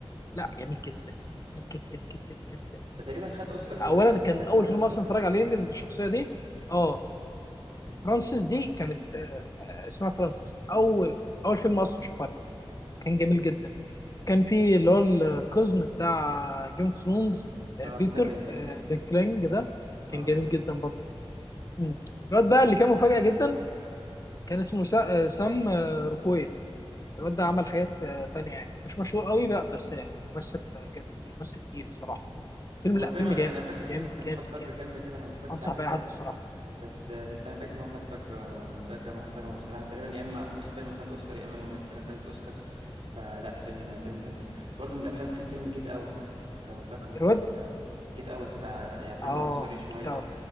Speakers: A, on the left; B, on the right.
A: لا جميل جدا جميل جدا جدا جدا
B: تقريبا خد اوسكار هو
A: اولا
B: ده- الفيلم
A: كان
B: ده كان
A: اول
B: هو اللي
A: فيلم
B: واخد
A: اصلا
B: اوسكار
A: اتفرج عليه للشخصية دي اه فرانسيس دي كانت آه آه، اسمها فرانسيس اول اول فيلم اصلا شفتها له. كان جميل جدا كان في اللي هو القزم بتاع جيم اوف ثرونز
B: اه
A: بيتر
B: بيتر دينكليج
A: آه، دينكلينج ده
B: اه
A: كان جميل جدا برضه مم. الواد بقى اللي كان مفاجأة جدا كان اسمه سا- آه، سام آه، روكويل الواد ده عمل حاجات آه، تانية يعني مش مشهور قوي بقى بس يعني ممثل جامد كتير ممثل كتير الصراحة فيلم
B: هو
A: لا
B: الفيلم
A: فيلم
B: انا
A: جامد
B: فاكر فيلم
A: جامد
B: كان خد
A: جامد
B: ضجه
A: جامد
B: جامده
A: يعني.
B: كده انا ما اتفرجتش
A: أنصح
B: عليه
A: بأي
B: للاسف
A: حد الصراحة
B: بس آه، بس انا فاكر ان هو خد ضجه ضجه محترمه بصراحه تقريبا يا اما الفيلم خد اوسكار يا اما الممثله خدت اوسكار فلا فيلم فيلم كان حلو برضو من الافلام في فيلم
A: مم.
B: جيت اوت لو فاكره
A: الواد
B: جيت اوت بتاع يعني فيلم
A: اه
B: عنصري شويه
A: انت